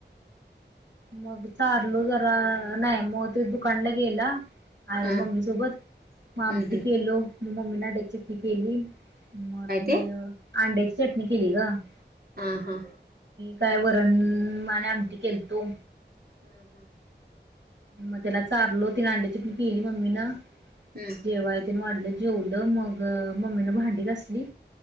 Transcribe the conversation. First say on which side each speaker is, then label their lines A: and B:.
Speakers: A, on the right; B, on the right.
A: मग चारलू जरा नाही, मग ते दुकानला गेला आहे
B: हा
A: मम्मी सोबत,
B: हम्म
A: मग आमटी
B: हम्म
A: केलो, मग मम्मी ना डेक् शिट्टी केली मग
B: काय
A: मी
B: ते
A: अंड्याची चटणी केली गं
B: हा हा
A: काय वरण आणि आमटी केलतो
B: हम्म हं
A: मग त्याला चारलो तीन अंड्या चटणी केली मम्मीनं
B: हम्म
A: जेवायतेन वाढ लो जेव लो मग, मम्मीन भांडी घासली.